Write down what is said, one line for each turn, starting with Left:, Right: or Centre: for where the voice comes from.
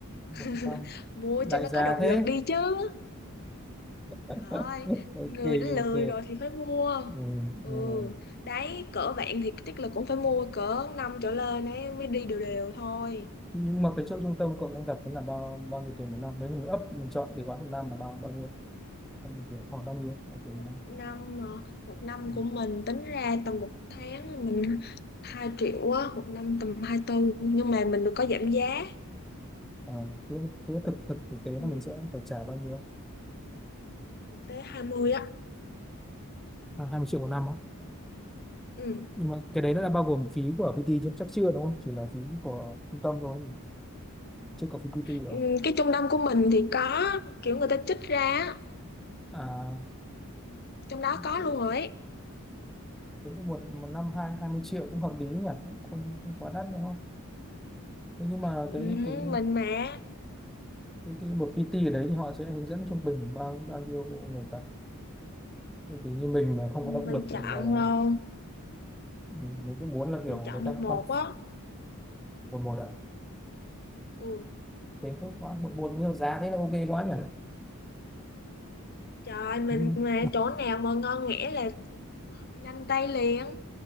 Centre: một
Left: <laughs>
Centre: năm
Left: mua
Centre: đại
Left: cho nó
Centre: gia
Left: có động
Centre: thế
Left: lực đi chứ
Centre: <laughs>
Left: trời ơi người
Centre: ok
Left: đã lười
Centre: ok
Left: rồi thì phải mua
Centre: ừ,
Left: ừ
Centre: ừ.
Left: đấy cỡ bạn thì chắc là cũng phải mua cỡ năm trở lên ấy mới đi đều đều thôi
Centre: nhưng mà cái chỗ trung tâm cậu đang gặp là bao bao nhiêu tiền một năm nếu như mình up mình chọn cái gói một năm là bao bao nhiêu bao nhiêu tiền khoảng bao nhiêu bao nhiêu
Left: một
Centre: tiền một năm
Left: năm mà một năm
Centre: ừ.
Left: của mình tính ra tầm một tháng là mình 2 triệu á một năm tầm hai tư nhưng mà mình được có giảm giá
Centre: à, cứ thế thực thực thực tế
Left: ừ,
Centre: là mình sẽ phải trả bao nhiêu
Left: được tới 20 á
Centre: à, 20 triệu một năm á
Left: ừ.
Centre: nhưng mà cái đấy nó đã bao gồm phí của PT chứ chắc chưa đúng không chỉ là phí của trung tâm thôi chưa có phí PT rồi
Left: Ừ, cái trung tâm của mình thì có kiểu người ta trích ra á,
Centre: à
Left: trong đó có
Centre: thế
Left: luôn rồi ấy.
Centre: thế thì một một năm hai hai mươi triệu cũng hợp lý nhỉ cũng không, không quá đắt đúng không Thế nhưng mà
Left: ừ,
Centre: cái cái
Left: mình mà
Centre: cái cái một PT ở đấy thì họ sẽ hướng dẫn trung bình bao bao nhiêu người tập Bởi vì như mình mà không
Left: ừ,
Centre: có động
Left: mình
Centre: lực
Left: chọn
Centre: thì là là
Left: rồi
Centre: mình mình cứ muốn là
Left: mình
Centre: kiểu
Left: chọn
Centre: người
Left: một
Centre: ta
Left: một
Centre: con
Left: á
Centre: một một ạ
Left: ừ.
Centre: thế tốt quá một một nhiều giá thế là ok quá nhỉ
Left: trời mình
Centre: nhưng,
Left: mà chỗ nào mà ngon nghẻ là nhanh tay liền